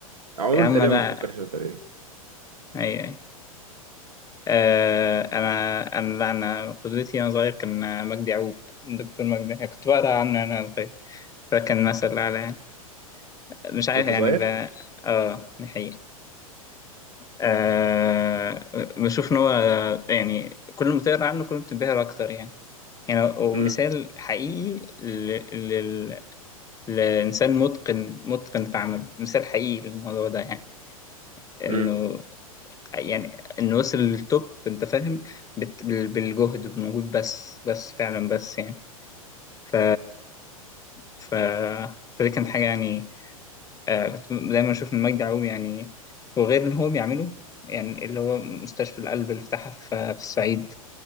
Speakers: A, on the right (about 80°); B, on the left (about 20°).
A: عموما
B: يا عم
A: تقريبا
B: لا
A: ما بفكرش بالطريقة دي
B: ايوه آه، انا انا لا انا قدوتي وانا صغير كان مجدي يعقوب الدكتور مجدي كنت بقرا عنه وانا صغير فكان مثل اعلى يعني مش عارف
A: وانت
B: يعني
A: صغير
B: ب... اه دي حقيقة آه بشوف ان هو يعني كل ما تقرا عنه كل ما بتنبهر اكتر يعني يعني هو
A: امم
B: مثال حقيقي ل... لل... لانسان متقن متقن في عمله مثال حقيقي للموضوع ده يعني انه
A: امم
B: يعني انه وصل للتوب انت فاهم بت... بال- بالجهد بالمجهود بس بس فعلا بس يعني ف ف فدي كانت حاجه يعني آه، كنت دايما اشوف ان مجدي يعقوب يعني وغير ان هو بيعمله يعني اللي هو مستشفى القلب اللي فتحها في في الصعيد